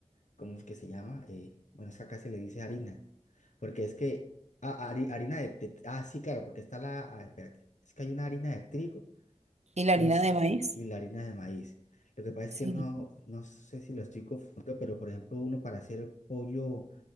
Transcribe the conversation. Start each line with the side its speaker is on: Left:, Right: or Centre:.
Left: ¿cómo es que se llama? Eh, bueno, es que acá se le dice harina. Porque es que, ah, hari- harina de, de- ah, sí, claro, porque está la, ah, espérate, es que hay una harina de trigo.
Right: y la harina
Left: No sé,
Right: de maíz.
Left: y la harina de maíz. Lo que pasa
Right: Sí.
Left: es que no, no sé si lo estoy confundiendo, pero por ejemplo, uno para hacer el pollo,